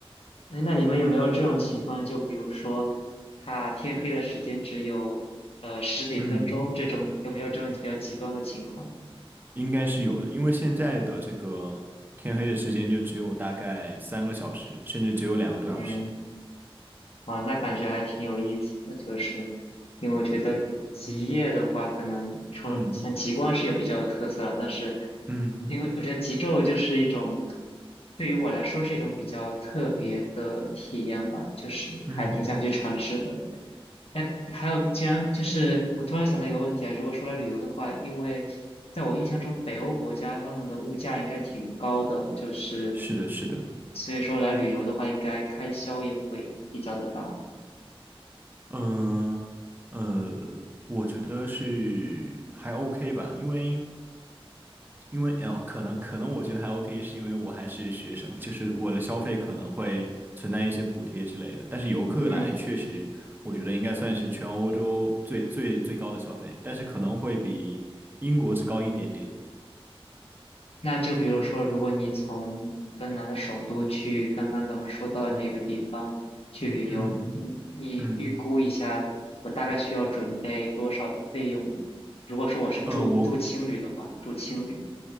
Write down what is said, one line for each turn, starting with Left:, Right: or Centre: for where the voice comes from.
Left: 哎，那你们有没有这种情况？就比如说，他天黑的时间只有呃十几分钟，
Right: 嗯。
Left: 这种有没有这种比较极端的情况？
Right: 应该是有的，因为现在的这个天黑的时间就只有大概三个小时，甚至只有两个多小时。
Left: 嗯，啊，那感觉还挺有意思的，就是因为我觉得极夜的话，可能除了像极光是有比较有特色了，
Right: 嗯
Left: 但是
Right: 嗯
Left: 因为我觉得极昼就是一种对于我来说是一种比较特别的体验吧，就是还挺想去尝试的。
Right: 嗯，
Left: 哎，还有，既然就是我突然想到一个问题啊，如果说来旅游的话，因为在我印象中，北欧国家他们的物价应该挺高的，就是
Right: 是的，是的，
Left: 所以说来旅游的话，应该开销也会比较的大。
Right: 嗯呃，呃我觉得是还 OK 吧，因为因为啊、呃可能可能我觉得还 OK，是因为我还是学生，就是我的消费可能会存在一些补贴之类的，但是游客来确实，
Left: 嗯，
Right: 我觉得应该算是全欧洲最最最高的消费，但是可能会比英国只高一点点。
Left: 那就比如说，如果你从芬兰的首都去刚刚咱们说到的那个地方去旅游，
Right: 嗯
Left: 你你预估一下，
Right: 嗯，
Left: 我大概需要准备多少的费用呢？如果说我是住住青旅的话，
Right: 呃，我
Left: 住青旅。